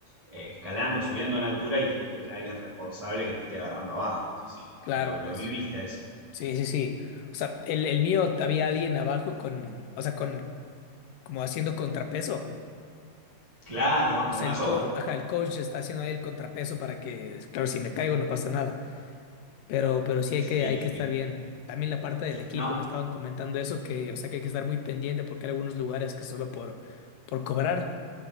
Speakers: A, on the right; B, on the left.
A: eh, escalando, subiendo en altura y tenés que tener a alguien responsable que te esté agarrando abajo. No sé si,
B: Claro,
A: si lo, lo
B: pues.
A: viviste a eso.
B: Sí, sí, sí. O sea, el, el mío había alguien abajo con, o sea, con, como haciendo contrapeso.
A: Claro, con
B: O sea,
A: una
B: el
A: soga.
B: coach, ajá, el coach está haciendo ahí el contrapeso para que, claro, si me caigo no pasa nada. Pero, pero sí hay
A: Sí,
B: que, hay que
A: sí.
B: estar bien. También la parte del equipo,
A: No,
B: me estaban comentando eso, que, o sea, que hay que estar muy pendiente porque hay algunos lugares que solo por, por cobrar,